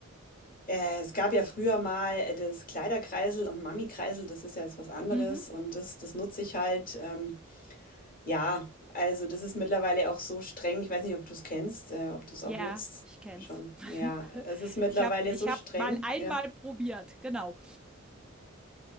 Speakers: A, on the left; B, in the centre.
A: äh, es gab ja früher mal das Kleiderkreisel und Mami-Kreisel, das ist ja jetzt was anderes
B: Mhm.
A: und das, das nutze ich halt. Ähm, ja, also das ist mittlerweile auch so streng. Ich weiß nicht, ob du es kennst, äh, ob du es auch
B: Ja,
A: nutzt
B: ich kenn's.
A: schon.
B: <laughs>
A: Ja, es ist mittlerweile
B: Ich habe ich
A: so streng.
B: hab mal einmal
A: Ja,
B: probiert, genau.